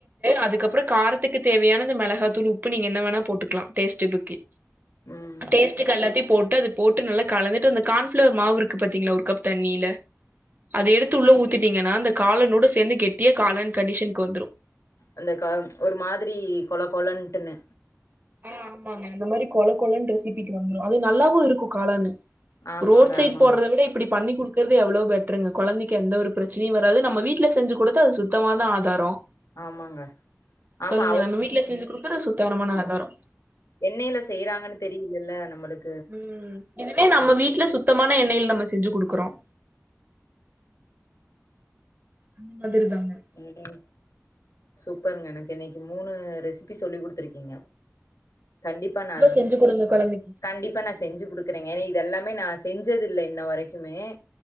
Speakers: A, on the right; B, on the left.
A: அதுக்கப்பறம் காரத்துக்கு தேவையான இந்த மிளகாத்தூள் உப்பு நீங்க என்ன வேணா போட்டுக்கலாம் டேஸ்ட்டுபுக்கு
B: ம்
A: டேஸ்ட்டுக்கு எல்லாத்தயும் போட்டு அது போட்டு நல்லா கலந்துட்டு அந்த கான்ஃப்ளவர் மாவு இருக்கு பாத்தீங்களா ஒரு கப் தண்ணியில அது எடுத்து உள்ள ஊத்திட்டீங்கன்னா அந்த காளானோட சேந்து கெட்டியா காளான் கண்டிஷனுக்கு வந்துரும்
B: அந்த காளான் ஒரு மாதிரி கொழ கொழன்ட்டுன்னு
A: ஆ ஆமாங்க இந்த மாரி கொழ கொழன்னு ரெசிபிக்கு வந்துரும் அது நல்லாவும் இருக்கும் காளானு
B: ஆமாங்க
A: ரோட் சைட்
B: ஆமாங்க
A: போடுறத விட இப்படி பண்ணி குடுக் க்குறது எவ்ளோ பெட்டருங்க கொழந்தைக்கு எந்த ஒரு பிரச்சனையும் வராது நம்ம வீட்ல செஞ்சு கொடுத்த அது சுத்தமா தான் ஆதாரம்
B: ஆமாங்க ஆமா
A: சொல்லுங்க நம்ம வீட்ல செஞ்சு குடுக்குற சுத்தாரமான ஆதாரம்
B: எண்ணெய்யில செய்றாங்கன்னு தெரியுதுல்ல நம்மளுக்கு
A: உம் இதுவே நம்ம
B: ம்
A: வீட்ல சுத்தமான எண்ணெயில நம்ம செஞ்சு குடுக்குறோம் அந்த மாதிரி தாங்க
B: உஹம் சூப்பருங்க எனக்கு இன்னைக்கு மூணு ரெசிபி சொல்லி குடுத்துருக்கீங்க கண்டிப்பா நா அத
A: செஞ்சு குடுங்க கொழந்தைக்கு
B: கண்டிப்பா நா செஞ்சு குடுக்குறேங்க ஏன்னா இதெல்லாமே நா செஞ்சது இல்ல இன்ன வரைக்குமே